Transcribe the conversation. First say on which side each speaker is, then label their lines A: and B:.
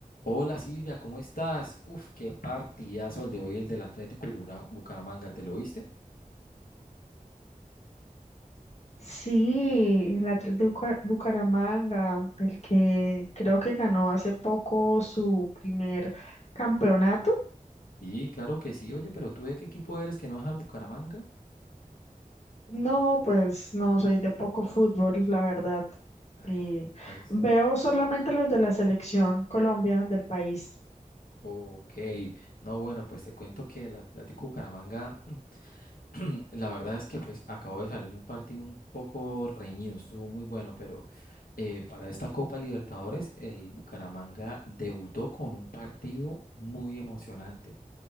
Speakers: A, on the left (about 85°); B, on the left (about 50°).
A: Hola Silvia, ¿cómo estás? Uf, qué partidazo el de hoy, el del Atlético de Bura- Bucaramanga, ¿te lo viste?
B: Sí, la 3 de Buca- Bucaramanga, el que creo que ganó hace poco su primer campeonato.
A: Sí, claro que sí, oye, pero ¿tú de qué equipo eres que no es al Bucaramanga?
B: No, pues no, soy de poco fútbol, la verdad.
A: Ay,
B: Eh,
A: no puede ser.
B: veo solamente los de la selección Colombia del país.
A: Ok, no, bueno, pues te cuento que el Atlético Bucaramanga, <clears throat> la verdad es que pues acabó de salir de un partido un poco reñido, estuvo muy bueno, pero eh, para esta Copa Libertadores el Bucaramanga debutó con un partido muy emocionante.